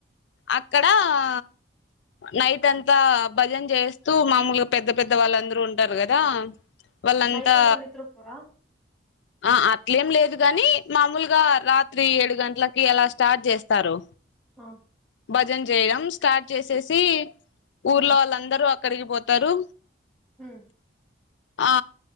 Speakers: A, on the left; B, in the centre.
A: అక్కడ ఆ నైట్ అంతా భజన చేస్తూ మామూలుగా పెద్ద పెద్ద వాళ్ళుందరూ ఉంటారు కదా వాళ్ళంతా
B: నైట్ అంతా నిద్ర పోరా
A: ఆ అట్లేం లేదు గాని మామూలుగా రాత్రి ఏడు గంటలకి అలా స్టార్ట్ చేస్ తరు
B: ఆ
A: భజన్ చేయడం క స్టార్ట్ చేసేసి ఊర్లో
B: ఆ
A: వాళ్ళందరూ ఎక్కడికి పోతారు
B: హుం
A: ఆ